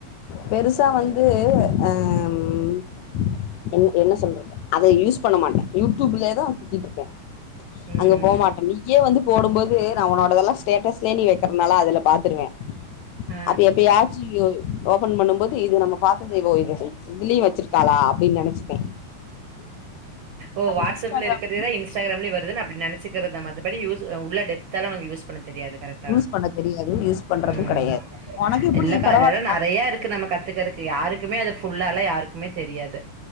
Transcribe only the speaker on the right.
ம்.
ஆ.
ஓ வாட்ஸ்
அப்ல இருக்கிறது தா இன்ஸ் இன்ஸ்ட கிராம்முலையு வருது நா அப்புடி நினைச்சக்கிற நம்ம அது படி யூஸ் தா உள்ள டெத் தனலு யூஸ் பண்ண தெரியது கரெக்ட் ஆ
ஆ
ஆ ஆ
இல்லக்கா
அத எல்லா நிறைய இருக்கு நம்ம கத்துக்கறதுக் யாருக்குமே அது ஃபுல்லா இல்ல யாருக்குமே தெரியாது